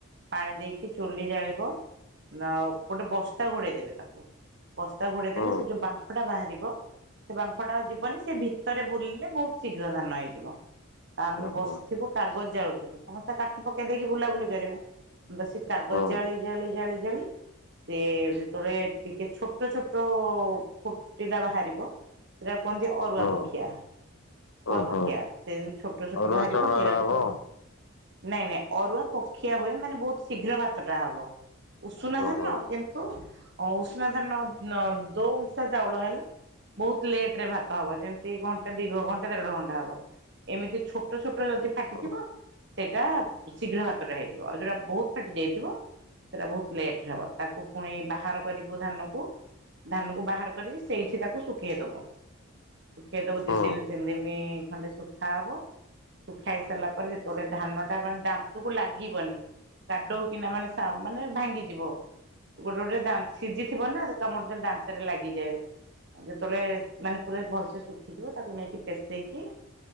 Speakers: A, on the right; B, on the left.
A: ପାଣି ଦେଇକି ଚୁଲି ଜାଳିବ ନା ଗୋଟେ ବସ୍ତା ଘୋଡେଇଦବେ ତାକୁ। ବସ୍ତା ଘୋଡେଇ ଦେଲେ
B: ଓ
A: ସେ ଯଉ ବା ବାହାରିବ ସେ ବାମ୍ଫ ଟା ଯିବନି ସେ ଭିତରେ ବୁଲିଲେ ବହୁତ ଶୀଘ୍ର ଧାନ ହେଇଯିବ। ଆମେ
B: ହୋ
A: ବସିଥିବୁ କାଗଜ ଜାଳୁଥିବୁ ସମସ୍ତେ କାଠ ପକେଇ ଦେଇକି ବୁଲାବୁଲି କରିବେ ବ କାଗଜ
B: ହୁଁ
A: ଜାଳି ଜାଳି ଜାଳି ଜାଳି ସେ ଯେତେବେଳେ ଟିକେ ଛୋଟ ଛୋଟ ଫୁଟିଲା ବାହାରିବ ସେଟା କୁହନ୍ତି ଅରୁଆ
B: ହୁଁ
A: ପକ୍ଷିଆ। ଉଆ
B: ଓ
A: ପକ୍ଷିଆ
B: ହୋ
A: ସେ ଛୋଟ ଛୋଟ
B: ଅରୁଆ
A: ବାହାରିବ
B: ଚାଉଳ
A: ସେଇଡାକୁ
B: ଏରା ହବ
A: ସବୁ। ନାଇଁ ନାଇଁ ଅରୁଆ ପକ୍ଷିଆ ହୁଏ ମାନେ ବହୁତ ଶୀଘ୍ର ଭାତଟା ହବ ଉଷୁନା
B: ଓ
A: ଧାନ
B: ହୋ
A: କି ତ ଉଷୁନା ଧାନ ଦୋ ଉଂଷା ଚାଉଳ <unintelligible> ବହୁତ ଲେଟ ରେ ଭାତ ହବ, ଯେମିତି ଘଣ୍ଟା ଦୀର୍ଘ ଘଣ୍ ଦେଢ ଘଣ୍ଟା ହବ, ଏମିତି ଛୋଟ ଛୋଟ ଯଦି ଫାଟିଥିବ
B: ହୁଁ
A: ସେଇଟା ଶୀଘ୍ର ମାତ୍ରାରେ ହେଇଯିବ ଆଉ ଯୋଉଟା ବହୁତ ଫାଟି ଯାଇଚି ସେଇଟା ବହୁତ ଲେଟ ହବ, ତାକୁ ପୁଣି ବାହାର କରିବୁ ଧାନକୁ। ଧାନ କୁ ବାହାର କରିକି ସେଇଠି ତାକୁ ଶୁଖେଇ ଦବ, ଶୁଖେଇ ଦବ ସେ
B: ହୁଁ
A: <unintelligible> ଖଣ୍ଡେ ଶୁଖା ହବ। ଖାଇ ସାରିଲା ପରେ ଯେତେବେଳେ ଧାନଟା ମାନେ ଦାନ୍ତକୁ ଲାଗିନି <unintelligible> କିନା ମାନେ ସା ମାନେ ଭାଙ୍ଗିଯିବ। ଗୋଟେ ଗୋଟେ ଦା ସିଝିଥିବ ନା କାମୁଡ ଦାନ୍ତରେ ଲାଗିଯାଏ। ଯେତେବେଳେ ମାନେ ପୁରା ଭଲସେ ଶୁଖିଯିବ ତାକୁ ନେଇକି ପେଷେଇକି